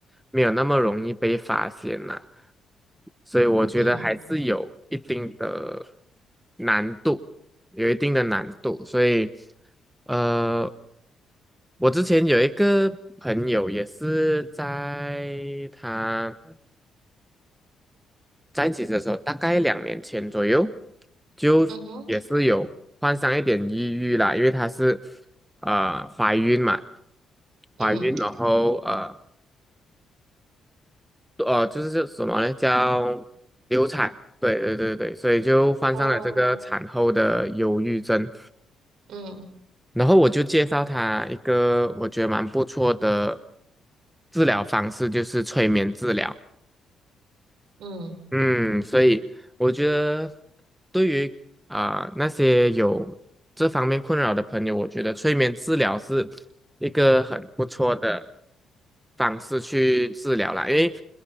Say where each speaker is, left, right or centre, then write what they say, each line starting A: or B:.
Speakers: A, in the centre; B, on the right (about 75°).
A: 没有那么容易被发现啦，所以我觉得还是有一定的
B: 嗯
A: 难度，有一定的难度。所以，呃，我之前有一个朋友也是在他。在一起的时候，大概两年前左右，就也是有患上一点抑郁啦，
B: 嗯哼
A: 因为她是呃怀孕嘛，
B: 嗯
A: 怀孕然后呃呃就是叫什么呢？叫流产，对对对对，所以就患上了这个产后的忧郁症。
B: 哦嗯
A: 然后我就介绍她一个我觉得蛮不错的治疗方式，就是催眠治疗。
B: 嗯
A: 嗯，所以我觉得对于啊、那些有这方面困扰的朋友，我觉得催眠治疗是一个很不错的方式去治疗啦。因为